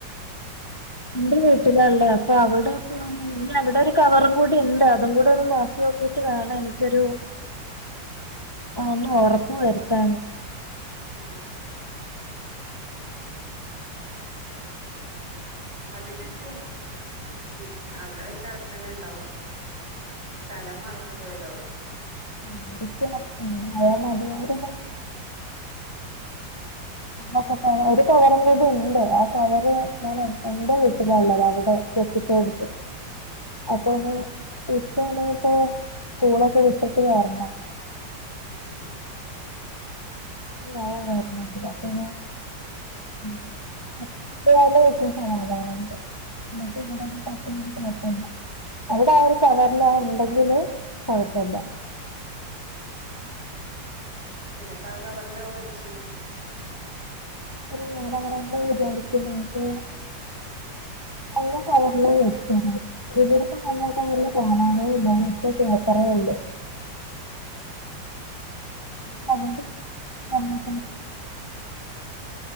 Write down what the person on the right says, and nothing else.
ഉം അത് കിട്ടും പിന്നെ അവടെ വെച്ചാ അവടെ തന്നെ ഇണ്ടാവും സ്ഥലം മറന്ന് പോയതാവും
<inaudible>
<inaudible>
ഉം
ചിലപ്പോ ആ കവറിലാവും വെച്ചിണാത്
ഉം